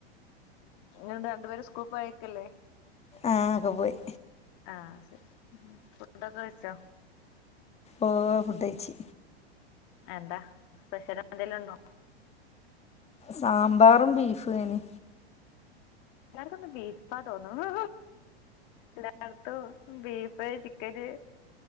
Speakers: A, on the left; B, on the left.
A: ഇ രണ്ടു പേര് സ്കൂൾ പോയക്കല്ലേ
B: ആഹ് അവര് പോയി
A: ആഹ് ഫുഡൊക്കെ കഴിച്ചോ
B: ഓ ഫുഡ് കഴിച്ചു
A: എന്താ സ്പെഷ്യല് എന്തേലും ഉണ്ടോ
B: സാമ്പാറും ബീഫും എനി
A: ആ ബീഫാ തൊന്നുന്നു എല്ലാട്ത്തും ബീഫ് ഇപ്പ ചിക്കന്